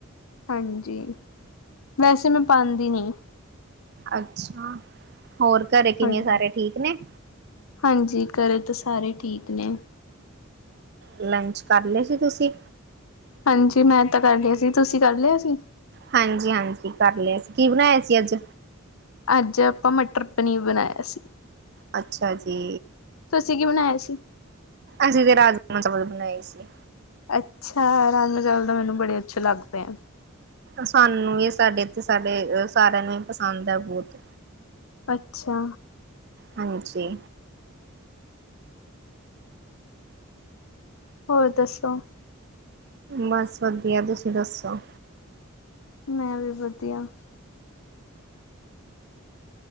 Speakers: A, on the left; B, on the right.
A: ਹਾਂਜੀ, ਵੈਸੇ ਮੈਂ ਪਾਂਦੀ ਨੀ।
B: ਅੱਛਾ, ਹੋਰ ਘਰੇ ਕਿਵੇਂ
A: ਹਾਂਜੀ।
B: ਸਾਰੇ ਠੀਕ ਨੇ।
A: ਹਾਂਜੀ, ਘਰੇ ਤਾਂ ਸਾਰੇ ਠੀਕ ਨੇ।
B: ਲੰਚ ਕਰ ਲਏ ਸੀ ਤੁਸੀਂ?
A: ਹਾਂਜੀ ਮੈਂ ਤਾਂ ਕਰ ਲਿਆ ਸੀ। ਤੁਸੀਂ ਕਰ ਲਿਆ ਸੀ?
B: ਹਾਂਜੀ-ਹਾਂਜੀ ਕਰ ਲਿਆ ਸੀ। ਕੀ ਬਣਾਇਆ ਸੀ ਅੱਜ?
A: ਅੱਜ ਆਪਾਂ ਮਟਰ ਪਨੀਰ ਬਣਾਇਆ ਸੀ।
B: ਅੱਛਾ ਜੀ।
A: ਤੁਸੀਂ ਕੀ ਬਣਾਇਆ ਸੀ?
B: ਅਸੀਂ ਤੇ ਰਾਜਮਾ ਚਾਵਲ ਬਣਾਏ ਸੀ।
A: ਅੱਛਾ, ਰਾਜਮਾ ਚਾਵਲ ਤਾਂ ਮੈਨੂੰ ਬੜੇ ਅੱਛੇ ਲੱਗਦੇ ਆ।
B: ਸਾਨੂੰ ਵੀ ਸਾਡੇ ਏਥੇ, ਸਾਡੇ ਸਾਰਿਆਂ ਨੂੰ ਹੀ ਪਸੰਦ ਹੈ ਬਹੁਤ।
A: ਅੱਛਾ।
B: ਹਾਂਜੀ।
A: ਹੋਰ ਦੱਸੋ?
B: ਬਸ, ਵਧੀਆ ਤੁਸੀਂ ਦੱਸੋ?
A: ਮੈਂ ਵੀ ਵਧੀਆ।